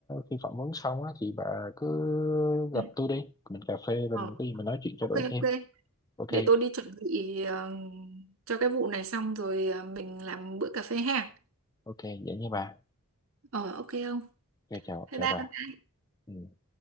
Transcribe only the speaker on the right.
Ừ.
Ờ.
Ok
ok.
Để tôi đi chuẩn bị ờ, cho cái vụ này xong rồi ờ, mình làm bữa cà phê ha.
Ờ ok không?
Bye
bye.